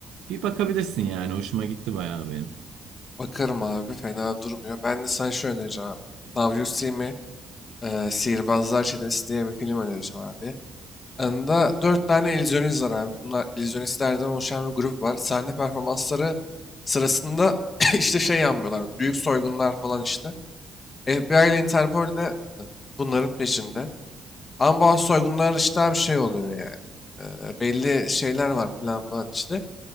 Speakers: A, on the right (about 85°); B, on the left (about 35°).
A: Bir bakabilirsin yani hoşuma gitti bayağı benim.
B: Bakarım abi fena durmuyor. Ben de sana şu önereceğim abi. Now You See Me, e, Sihirbazlar Çetesi diye bir film önereceğim abi. Anında dört tane illüzyonist var abi. Bunlar illüzyonistlerden oluşan bir grup var. Sahne performansları sırasında <coughs> <clears throat> işte şey yapmıyorlar. Büyük soygunlar falan işte. FBI ile Interpol de bunların peşinde. Ama bu soygunlar işte bir şey oluyor yani. E, belli şeyler var plan falan içinde.